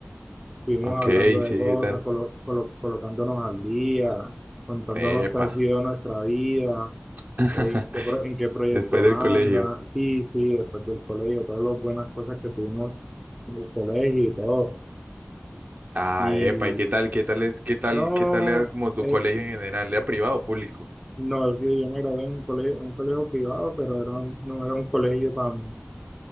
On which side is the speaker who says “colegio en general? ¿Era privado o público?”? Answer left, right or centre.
Right